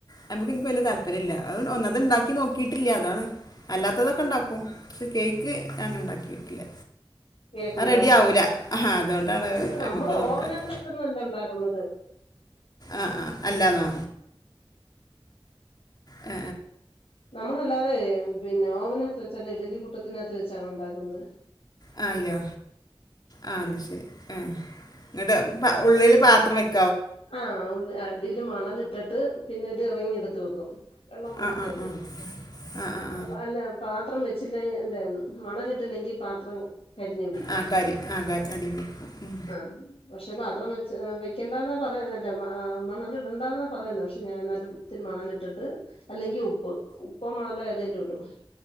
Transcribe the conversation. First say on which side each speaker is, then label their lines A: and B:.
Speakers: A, on the left; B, on the left.
A: നമുക്ക് എനിക്ക് വലിയ താല്പര്യം ഇില്ല അ ഒന്നത് ഉണ്ടാക്കി നോക്കിയിട്ടില്ല അതാണ് അല്ലാത്തതൊക്കെ
B: ആഹ്.
A: ഉണ്ടാക്കും പക്ഷേകേക്ക് അങ്ങനെ ഉണ്ടാക്കി നോക്കില്ല
B: കേക്ക്
A: അത്
B: ഉണ്ടാക്കാറുണ്ട്.
A: റെഡി ആവൂല ആ അതുകൊണ്ടാണ്
B: പക്ഷെ
A: അതിമക്ക്നോക്കാത്
B: നമ്മള് ഓവനകത്ത് വെച്ചൊന്നും അല്ല ഉണ്ടാക്കുന്നത്.
A: ആഹ ആ അല്ലാന്നോ ഏ
B: നമ്മളല്ലാതെ പിന്നെ ഓവന് ആത്ത് വെച്ചല്ലേ ഇഡലി കുട്ട് ത്തിനാത്ത് വെച്ചാണോ ഉണ്ടാക്കുന്നത്
A: ആ അല്ലോ ആ അത് ശരി ആഹ് ഇട ഉള്ളില് പാത്രം വെക്ക
B: ആഹ് ഉള്ള് അടീല് മണലിട്ടട്ട് ട്ട് പിന്നൊരു റിങ് എടുത്ത് വെക്കും വെള്ളം ഒഴിക്കാതെ
A: ആ ആ ആ ആ ആ ആ
B: അപ്പ അല്ല പാ ത്രം വെച്ചില്ലേ അല്ല മണലിട്ടില്ലെങ്കി പാത്രം കരിഞ്ഞു പിടിക്കും
A: ആ കരി ആ കരി അടി പിടിക്കും ഉം.
B: ആ പക്ഷെ പാത്രം വെച്ച വെക്കണ്ടാന്നാ പറഞ്ഞ <unintelligible> ല്ല മാ മണലിടണ്ടന്നാ പറയുന്ന ക്ഷെ ഞാൻ എന്നാലു ത്തിരി മണലിട്ടിട്ട് അല്ലെങ്കി ഉപ്പ് ഉപ്പോ മണലോ ഏതേലും ഇടും